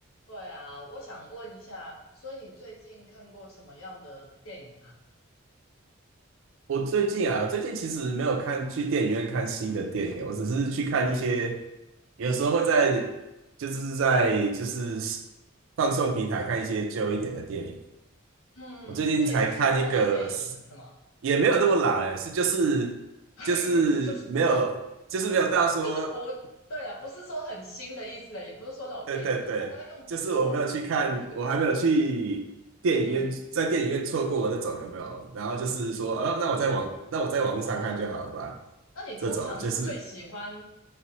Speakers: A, on the left; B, on the right.
A: 对啊，我想问一下，所以你最近看过什么样的电影啊？
B: 我最近啊，最近其实没有看去电影院看新的电影，我只是去看一些，有时候会在就是在就是放送平台看一些旧一点的电影。
A: 嗯，
B: 我最近才看一个是，
A: 你也是喜欢看老电影的是吗？
B: 也没有那么老哎，是就是就是没有就是没有到说
A: <laughs> 不是就是不，对啊，不是说很新的意思啊，也不是说老电影啊，
B: 对对对，
A: 我刚刚用词错误，
B: 就是我没有去看，
A: 我用
B: 我还没有去电影院，
A: <laughs>，嗯，
B: 在电影院错过那种有没有？然后就是说，呃、那我在网，那我在网络上看就好了吧。
A: 哦，那你通常最喜欢
B: 这种就是